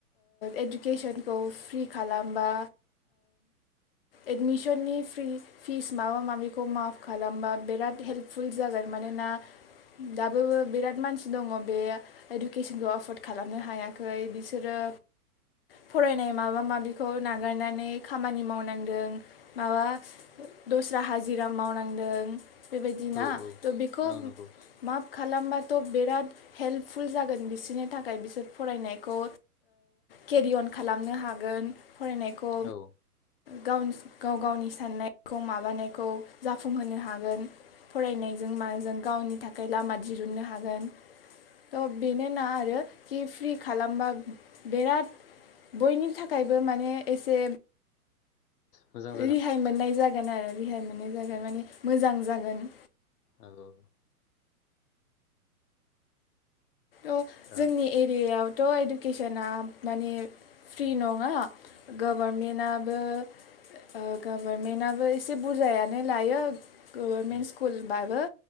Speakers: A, on the left; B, on the left.
A: इडुकेसनखौ फ्रि खालामबा एडमिसननि फ्रि फिस माबा माबिखौ माफ खालामबा बिराद हेल्पफुल जागोन। मानोना दाबो बिराद मानसि दङ बे इडुकेसनखौ एफर्द खालामनो हायाखै बिसोरो, फरायनाय माबा माबिखौ नागारनानै खामानि मावनांदों माबा दस्रा हाजिरा मावनांदों। बेबायदि
B: औ
A: ना थ'
B: औ
A: बेखौ
B: औ नंगौ
A: मा खालामबाथ' बिराद हेल्पफुल जागोन बिसोरनि थाखाय बिसोर फरायनायखौ केरिअन खालामनो हागोन। फरायनायखौ
B: औ
A: गाव गाव गावनि साननायखौ माबानायखौ जाफुंहोनो हागोन। फरायनायजों माजों गावनि थाखाय लामा दिरुननो हा गोहोन थ बेनोना, आरो जि फ्रि खालामबा बिराद बयनि थाखायबो माने एसे
B: मोजां जागोन
A: रेहाय मोननाय जागोन। आरो रेहाय मोननाय जागोन माने मोजां जागोन।
B: औ औ
A: अ
B: दा
A: जोंनि एरियायाव थ' इडुकेसना माने फ्रि नङा गभारमेन्टआबो ओ गभारमेन्टआबो एसे बुरजायानो लायो गभारमेन्ट
B: उम
A: स्कुलबाबो